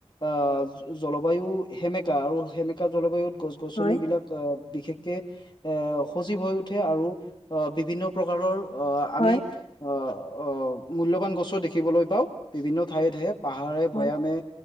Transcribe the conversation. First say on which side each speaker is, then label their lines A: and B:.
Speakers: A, on the left (about 45°); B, on the left (about 60°).
A: আঁ জলবায়ু সেমেকা। আৰু সেমেকা জলবায়ুত গছ গছনিবিলাক
B: হয়,
A: আঁ বিশেষকে এ, সজীৱ হৈ উঠে। আৰু বিভিন্ন প্ৰকাৰৰ অ'
B: হয়,
A: আমি, অ' অ'! মূল্যবান গছো দেখিবলৈ পাওঁ, বিভিন্ন ঠায়ে-ঠায়ে, পাহাৰে-ভৈয়ামে
B: হয়,